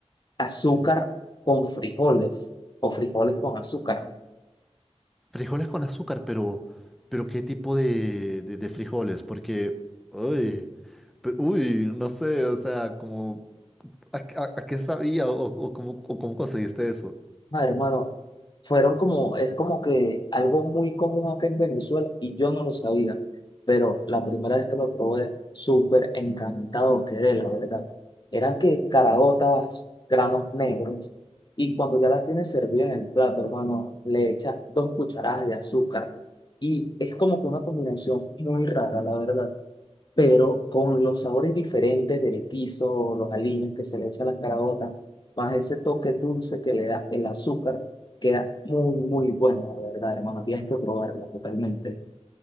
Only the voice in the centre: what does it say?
Frijoles con azúcar, pero, pero ¿qué tipo de, de, de frijoles? Porque, uy, pero- uy, no sé, o sea, como... ¿A, qué a- a qué sabía o, o cómo, o cómo conseguiste eso?